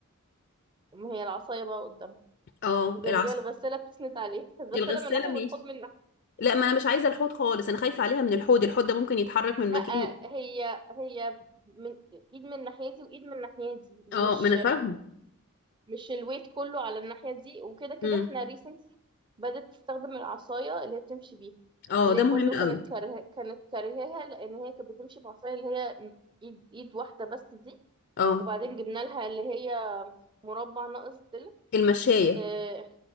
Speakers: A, on the right; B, on the left.
A: ما هي العصايه بقى قدامها
B: اه
A: وجنبيها
B: العصا
A: الغساله بتسند عليه الغساله
B: الغسالة
A: من ناحيه
B: ماشي
A: والحوض من ناحيه
B: لا ما انا مش عايزه الحوض خالص انا خايفه عليها من الحوض الحوض ده ممكن يتحرك من
A: لا
B: مكان
A: هي هي من ايد من الناحيه دي وايد من الناحيه دي مش
B: اه ما انا فاهمه
A: مش الويت كله على الناحية دي وكده كده
B: امم
A: احنا ريسنتلي بدأت تستخدم العصاية اللي هي بتمشي بيها
B: اه
A: اللي
B: ده
A: هي
B: مهم
A: برضو كانت
B: قوي
A: كاره... كانت كارهاها لأن هي كانت بتمشي بعصاية اللي هي ايد ايد واحدة بس دي
B: اه
A: وبعدين جبنا لها اللي هي مربع ناقص ضلع
B: المشايه
A: اه